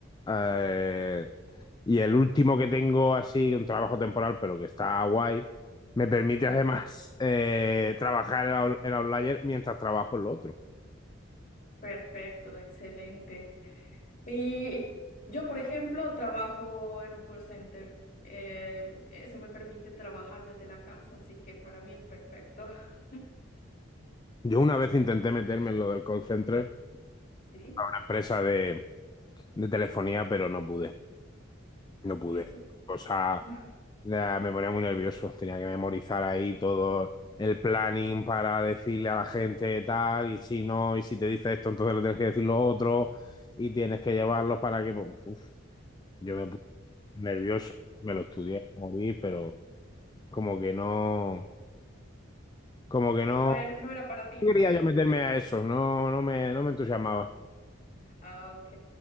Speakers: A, on the left; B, on the left.
A: Eh, y el último que tengo, así, un trabajo temporal, pero que está guay, me permite además
B: sí,
A: eh, trabajar en, Out- en Outlier mientras trabajo en lo otro.
B: perfecto, excelente. Y yo, por ejemplo, trabajo en un call center. Eh, eso me permite trabajar desde la casa, así que para mí es perfecto. <laughs>
A: Yo una vez intenté meterme en lo del call center,
B: Sí,
A: una empresa de, de telefonía, pero no pude, no pude.
B: y eso. <laughs>
A: Cosa
B: No,
A: Ya, me ponía muy nervioso, tenía que memorizar ahí todo el planning para decirle a la gente tal, y si no, y si te dice esto, entonces le tienes que decir lo otro, y tienes que llevarlos para que... pues, uf, yo me puse nervioso, me lo estudié a morir, pero como que no, como que no
B: no era, no era para ti.
A: no quería yo meterme a eso, no, no me, no me entusiasmaba.
B: Ah, ok.